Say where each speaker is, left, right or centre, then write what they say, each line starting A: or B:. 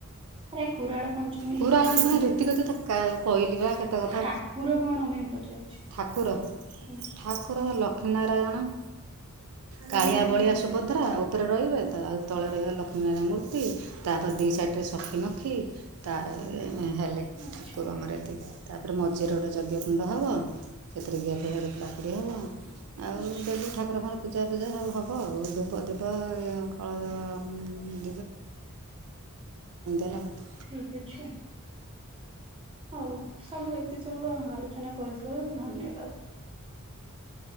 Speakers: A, on the right; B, on the right.
A: ଆରେ କୁରଳ ପଞ୍ଚମୀ
B: ପୁରାଣ
A: ଯୋଉ ଠାକୁର
B: ଶୁଣି
A: ହୁଅନ୍ତି?
B: ରୀତିଗତ ତ କହିଲି ବା କେତେ କଥା
A: ଠାକୁର କଣ ହୁଏ ପଚାରୁଛି?
B: ଠାକୁର
A: ହୁଁ।
B: ଠାକୁର ଲକ୍ଷ୍ମୀ ନାରାୟଣ
A: ଖାଲି
B: କାଳିଆ
A: ଲକ୍ଷ୍ମୀ
B: ବଳିଆ ସୁଭଦ୍ରା ଉପରେ ରହିବେ। ଆଉ ତଳେ ରହିବେ ଲକ୍ଷ୍ମୀନାରାୟଣ ମୂର୍ତ୍ତି, ତାପରେ ଦୁଇ ସାଇଡ଼ରେ ସଖିମଖି ତା ହେଲେ
A: ଆଚ୍ଛା
B: ଠାକୁର ଆମର ଏତିକି। ତାପରେ ମଝିର ଗୋଟେ ଯଜ୍ଞକୁଣ୍ଡ ହେବ। ସେଥିରେ ଘିଅ ଫିଅ ପୋଡ଼ାପୁଡ଼ି ହେବ, ଆଉ
A: ଆଚ୍ଛା
B: ଡେଲି ଠାକୁରଙ୍କର ପୂଜା ସବୁ ହବ ଆଉ ଉପଦୀପ କଦ ଉଁ ଉଁ ହେଲା କଥା
A: ଠିକ ଅଛି। ହଉ ସବୁ ଏତେ ସବୁ ଆଲୋଚନା କରିଥିବାରୁ ଧନ୍ୟବାଦ।